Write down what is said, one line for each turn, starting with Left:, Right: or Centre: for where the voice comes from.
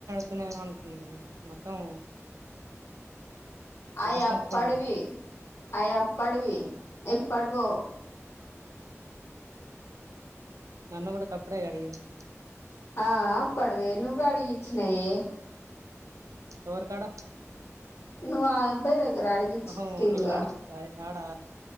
Right: <unintelligible> మొత్తం క్లాస్
Left: ఆయప్పడివి
Right: మొత్తం
Left: ఆయప్పడివి ఇప్పుడువో
Right: నన్న కూడా కప్పుడ అడింది
Left: ఆ పడవే నువ్్వవు అడిగిచ్చినాయే
Right: సరుకాడ
Left: నువ్ అబ్బాయి దగగర అడిగిచ్చ
Right: ఓహో
Left: తీవగా
Right: నేను అడిగి ఆడా